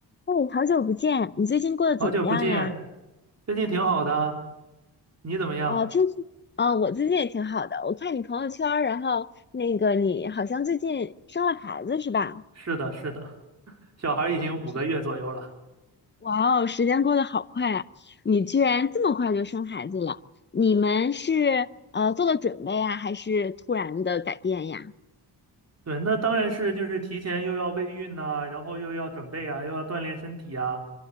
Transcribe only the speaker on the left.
哎，好久不见，你最近过得怎么样呀？
哦，听说，哦，我最近也挺好的。我看你朋友圈儿然后那个你好像最近生了孩子是吧？
嗯，是哇哦，时间过得好快啊！你居然这么快就生孩子了？你们是呃做了准备啊，还是突然的改变呀？